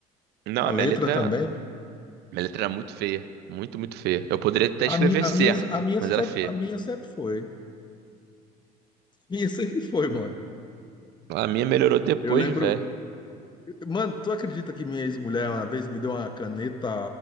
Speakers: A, on the right; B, on the left.
A: Não,
B: A
A: a minha
B: letra
A: letra.
B: também.
A: Minha letra era muito feia. Muito, muito feia. Eu poderia até
B: A,
A: escrever
B: mi, a
A: certo,
B: minha, a minha
A: mas
B: sempre,
A: era feia.
B: a minha sempre foi. A minha <laughs> sempre foi, mano.
A: A minha melhorou depois,
B: Eu lembro
A: velho.
B: Mano, tu acredita que minha ex-mulher uma vez me deu uma caneta